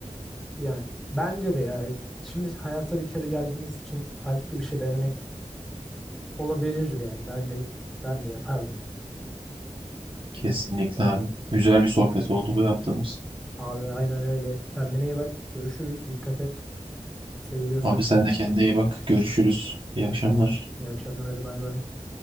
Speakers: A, in the centre; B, on the right.
A: Yani bence de ya. Şimdi hayata bir kere geldiğimiz için farklı bir şey denemek olabilirdi yani. Ben de ben de yapardım ya.
B: Kesinlikle abi. Güzel bir sohbet oldu bu yaptığımız.
A: Abi aynen öyle. Kendine iyi bak. Görüşürüz. Dikkat et. Seviliyorsun.
B: Abi sen de kendine iyi bak. Görüşürüz. İyi akşamlar.
A: İyi akşamlar. Hadi bay bay.